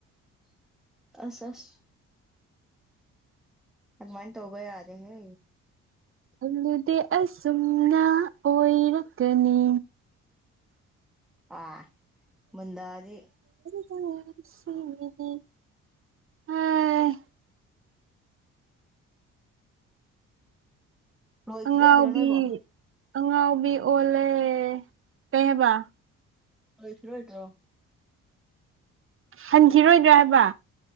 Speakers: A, in the centre; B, on the right.
A: <inaudible> ꯑꯁ ꯑꯁ ꯑꯗꯨꯃꯥꯏꯅ ꯇꯧꯕ ꯌꯥꯗꯦꯍꯦ
B: ꯈꯥꯜꯂꯨꯗꯦ ꯑꯁꯨꯝꯅ ꯑꯣꯏꯔꯛꯀꯅꯤ
A: ꯑꯥ ꯃꯣꯟꯗꯥꯗꯤ꯫
B: <unintelligible> ꯍꯥꯏ
A: ꯂꯣꯏꯈꯤꯔꯣꯏꯗ꯭ꯔꯣ
B: ꯑꯉꯥꯎꯕꯤ
A: ꯅꯣꯏꯕꯣ
B: ꯑꯉꯥꯎꯕꯤ ꯑꯣꯜꯂꯦ ꯀꯩ ꯍꯥꯏꯕ꯫
A: ꯂꯣꯏꯈꯤꯔꯣꯏꯗ꯭ꯔꯣ꯫
B: ꯍꯟꯈꯤꯔꯣꯏꯗ꯭ꯔꯥ ꯍꯥꯏꯕ꯫